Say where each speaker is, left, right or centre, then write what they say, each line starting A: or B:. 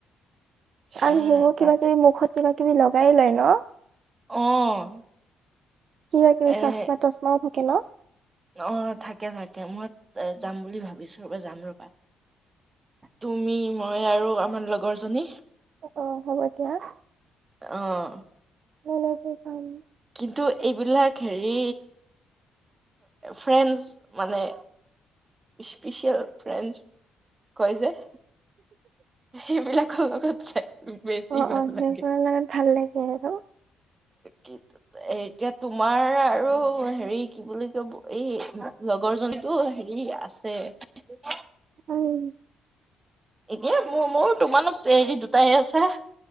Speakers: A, on the right; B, on the right.
A: এ
B: আৰু সেইবোৰ
A: তাতে
B: কিবা কিবি মুখত কিবা কিবি লগাই লয় ন'।
A: অহ।
B: কিবা কিবি
A: এ
B: চচমা তচমাও থাকে ন
A: অ' থাকে, থাকে। মতো যাম বুলি ভাবিছো ৰবা, যাম ৰবা তুমি মই আৰু আমাৰ লগৰজনী।
B: <inaudible>
A: অহ।
B: <inaudible>
A: কিন্তু এইবিলাক হেৰি ফ্ৰেণ্ডছ মানে স্পেচিয়েল ফ্ৰেণ্ডছ। কৈ যে সেইবিলাকৰ লগত যে বেছি
B: অ
A: ভাল
B: অ
A: লাগে
B: সেইবোৰৰ লগত ভাল লাগে আৰু
A: কি। এতিয়া তোমাৰ আৰু হেৰি কি বুলি কয়, এই লগৰ জনীতো হেৰি আছে। <unintelligible>
B: উম
A: এ মোৰ, মোৰ তোমালোক হেৰি দুটাহে আছা।